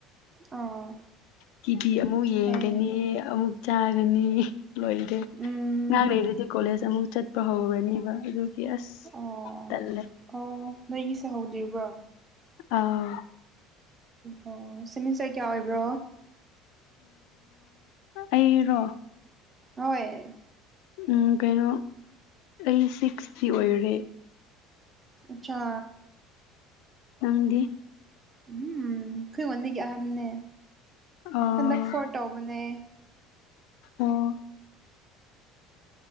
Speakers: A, on the right (about 20°); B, on the left (about 70°).
A: ꯑꯥ
B: ꯇꯤꯕꯤ ꯑꯃꯨꯛ ꯌꯦꯡꯒꯅꯤ
A: ꯐꯩꯌꯦ
B: ꯑꯃꯨꯛ ꯆꯥꯒꯅꯤ ꯂꯣꯏꯔꯦ
A: ꯎꯝ
B: ꯑꯍꯥꯡ ꯂꯩꯔꯗꯤ ꯀꯣꯂꯦꯖ ꯑꯃꯨꯛ ꯆꯠꯄ ꯍꯧꯔꯅꯤꯕ ꯑꯗꯨꯒꯤ ꯑꯁ
A: ꯑꯣ
B: ꯇꯜꯂꯦ
A: ꯑꯣ ꯅꯣꯏꯒꯤꯁꯦ ꯍꯧꯗꯔꯤꯕꯣ
B: ꯑꯥ
A: ꯑꯣ ꯑꯣ ꯁꯤꯃꯤꯁꯇꯔ ꯀꯌꯥ ꯑꯣꯏꯕ꯭ꯔꯣ
B: ꯑꯩꯔꯣ
A: ꯍꯣꯏ
B: ꯎꯝ ꯀꯩꯅꯣ ꯑꯩ ꯁꯤꯛꯁꯇꯤ ꯑꯣꯏꯔꯦ
A: ꯑꯆꯥ
B: ꯅꯪꯗꯤ
A: ꯎꯝ ꯑꯩꯈꯣꯏꯉꯣꯟꯗꯒꯤ ꯑꯍꯟꯅꯦ
B: ꯑꯥ
A: ꯍꯟꯗꯛ ꯐꯣꯔ ꯇꯧꯕꯅꯦ
B: ꯑꯣ